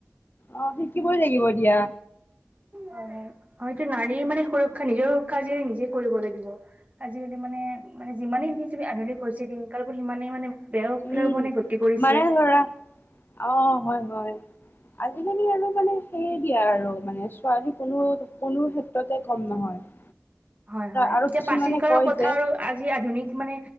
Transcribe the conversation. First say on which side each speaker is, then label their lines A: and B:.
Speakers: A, on the left (about 45°); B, on the right (about 35°).
A: অ', শিকিবই লাগিব দিয়া।
B: হয়, হয়টো নাৰী মানে সুৰক্ষা নিজৰ সুৰক্ষা যি নিজে কৰিব লাগিব। আজিকালি মানে মানে যিমানেই আধুনিক হৈছে দিনকালবোৰ সিমানেই মানে বেয়া ফালেও
A: উম,
B: মানে গতি কৰিছে
A: মানে ধৰা, অ' হয় হয়। আজিকালি আৰু মানে সেইয়ে দিয়া আৰু মানে ছোৱালী কোনো কোনো ক্ষেত্ৰতে কম নহয়। <inaudible>
B: হয়, হয়
A: আৰু
B: এতিয়া
A: কিছুমানে
B: প্ৰাচীন কালৰ
A: কয়
B: কথা
A: যে
B: আৰু আজি আধুনিক মানে